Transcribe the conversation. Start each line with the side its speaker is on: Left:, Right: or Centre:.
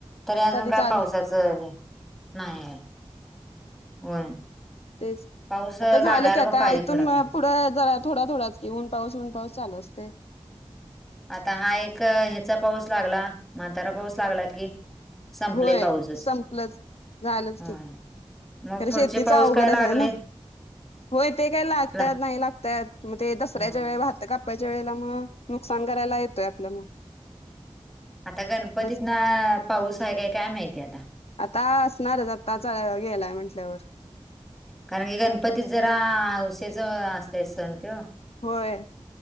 Centre: तरी अजून काय
Left: चाल
Centre: पावसाच हे नाही. होय.
Left: तेच
Centre: पाऊस
Left: आता झालं
Centre: लागायला
Left: की आता
Centre: पण पाहिजे
Left: इथून
Centre: थोडाफार
Left: म. पुथढं जरा थोडा थोडाच क ऊनऊस ऊन पाऊसचाल असते.
Centre: आता हा एक ह्याचा पाऊस लागला म्हातारा पाऊस लागला की. संपले
Left: होय
Centre: पाऊसच
Left: संपलंच झायलच
Centre: होय
Left: क.
Centre: मग
Left: तर
Centre: पुढचे
Left: शेतीच
Centre: पाऊस
Left: अवघडच
Centre: काय लागले
Left: आहे ना. होय ते काही लागतात
Centre: ला
Left: नाही लागतात ते दसऱ्याच्या
Centre: होय.
Left: वेळळी वाहत का. बापाच्या वेळेला मग नुकसान करायला येतोय आपलं म.
Centre: आता गणपतीत
Left: की
Centre: ना पाऊस आहे काय काय माहितीय आता.
Left: आता असणारच आता गेलाय म्हंटल्यावर.
Centre: कारण की गणपती जरा हौसेच असतय सण ते.
Left: होय.